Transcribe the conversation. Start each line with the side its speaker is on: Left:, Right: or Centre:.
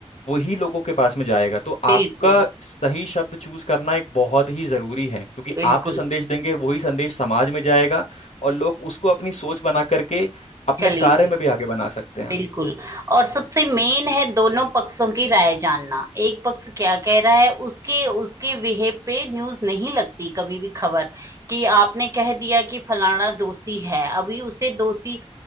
Left: वही लोगों के पास में जाएगा तो आपका
Right: बिल्कुल
Left: सही शब्द चूज करना एक बहुत ही जरूरी है क्योंकि
Right: बिल्कुल
Left: आप जो संदेश देंगे वही संदेश समाज में जाएगा और लोग उसको अपनी सोच बना करके अपने
Right: चलेंगे
Left: कार्य में भी आगे बना सकते हैं
Right: बिल्कुल और सबसे मेन है दोनों पक्षों की राय जानना एक पक्ष क्या कह रहा है उसके उसके बिहेव पे न्यूज नहीं लगती कभी भी खबर कि आपने कह दिया कि फलाना दोषी है अभी उसे दोषी